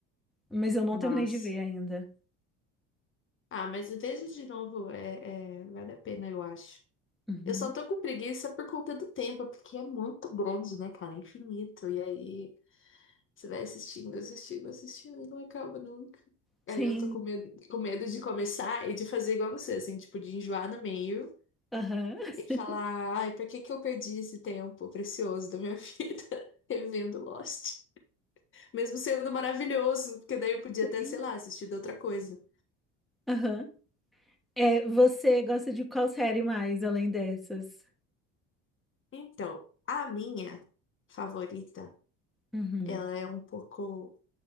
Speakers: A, in the centre; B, on the left.
A: Mas eu não
B: Nossa.
A: terminei de ver ainda.
B: Ah, mas veja de novo, é, é, vale a pena, eu acho.
A: Uhum.
B: Eu só tô com preguiça por conta do tempo, porque é muito grande, né, cara? É Infinito. E aí você vai assistindo, assistindo, assistindo e não acaba nunca.
A: Sim.
B: Aí eu tô com medo, com medo de começar e de fazer igual você, assim, tipo, de enjoar no meio
A: Aham.
B: e
A: <laughs>
B: falar, ai, por que que eu perdi esse tempo precioso da minha vida <laughs> revendo Lost? Mesmo sendo maravilhoso, porque daí eu podia
A: Sim.
B: até, sei lá, assistir de outra coisa.
A: Aham. É, você gosta de qual série mais além dessas?
B: Então, a minha favorita,
A: Uhum.
B: ela é um pouco.